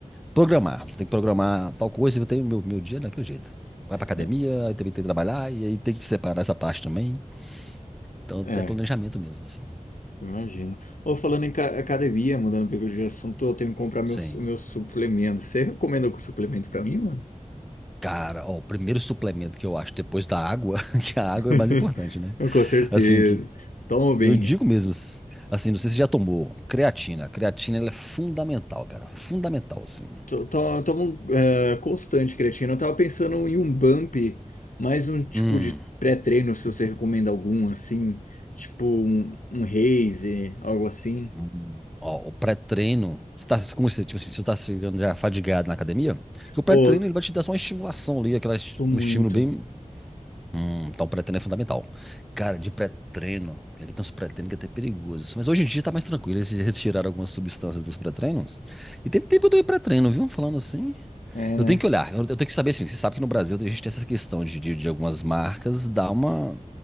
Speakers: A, in the centre; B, on the left (about 75°).
A: programar. Você Tem que programar tal coisa, eu tenho meu, meu dia daquele jeito. Vai pra academia,
B: Não.
A: aí também tem que trabalhar, e aí tem que separar essa parte também. Então, até
B: É,
A: planejamento mesmo, assim.
B: eu imagino. Ou falando em ca- academia, mudando um pouco de assunto, eu tenho que comprar meus,
A: Sim.
B: meus suplementos. Você recomenda algum suplemento pra mim, mano?
A: Cara, ó, o primeiro suplemento que eu acho depois da água, <laughs> que a água
B: <laughs>
A: é o mais importante, né?
B: Com certeza.
A: Assim, que
B: Toma bem.
A: eu digo mesmo, assim, não sei se você já tomou, creatina. Creatina, ela é fundamental, cara. Fundamental, assim.
B: to- to- Toma um é, constante, creatina. Eu tava pensando em um bump, mais um tipo
A: Hum.
B: de pré-treino, se você recomenda algum, assim. Tipo um, um Raze, algo assim.
A: Hum. Ó, o pré-treino, você tá, como você, tipo assim, você tá chegando já fadigado na academia, que o pré-treino
B: Ô,
A: ele vai te dar só uma estimulação ali, aquela, esti-
B: tô muito.
A: um estímulo bem Hum, então pré-treino é fundamental. Cara, de pré-treino, é que aqui tem uns pré-treinos que é até perigosos, mas hoje em dia tá mais tranquilo, eles retiraram algumas substâncias dos pré-treinos. E tem tempo eu tomei pré-treino, viu? Falando assim,
B: É,
A: eu
B: né?
A: tenho que olhar, eu, eu tenho que saber assim, você sabe que no Brasil a gente tem essa questão de, de, de algumas marcas dar uma...